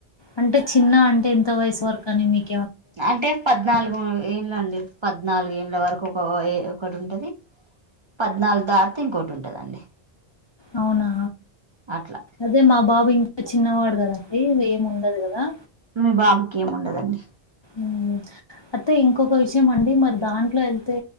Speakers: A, on the left; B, on the right.
A: అంటే చిన్న అంటే ఎంత వయసు వరకు అని మీకు
B: అంటే పద్నాలుగు ఏంలండి పద్నాలుగు ఏళ్ళ వరకు ఒక ఒకటి ఉంటది పద్నాలుగు దాటితే ఇంకోటి ఉంటదండి
A: అవునా
B: అట్లా
A: అదే మా బాబు ఇంకా చిన్నవాడు కదండి ముండదుగదా
B: మీ బాబుకి ఏముండదండి
A: ఉమ్ అయితే ఇంకొక విషయం అండి మరి దాంట్లో వెళ్తే